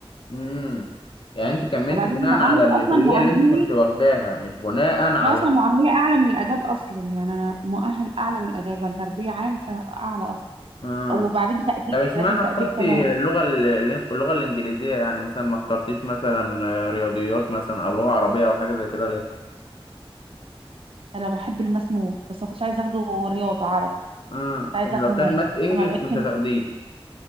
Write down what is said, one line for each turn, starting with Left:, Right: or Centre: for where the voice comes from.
Left: امم يعني انت كملت
Right: وبعدين
Left: بناء
Right: انا
Left: على
Right: عامل
Left: الكليه
Right: اصلا مؤهلي
Left: اللي انت كنت واخداها مش بناء على
Right: انا اصلا مؤهلي اعلى من الاداب اصلا يعني انا مؤهل اعلى من الاداب لان تربيه عام فاعلى اصلا
Left: امم
Right: وبعدين تقدير
Left: طب اشمعنى
Right: لازم تقدير
Left: اخترتي
Right: كمان
Left: اللغه ال- اللغه الانجليزيه يعني مثلا ما اخترتيش مثلا آه، رياضيات مثلا او لغه عربيه او حاجه زي كده ليه
Right: انا بحب الماس موت بس ما كنتش عايزه اخده رياضه عربي
Left: امم
Right: كنت عايزه
Left: يعني لو
Right: اخده ماس
Left: كان ماس انجلش
Right: فما لقيتش
Left: كنت هتاخديه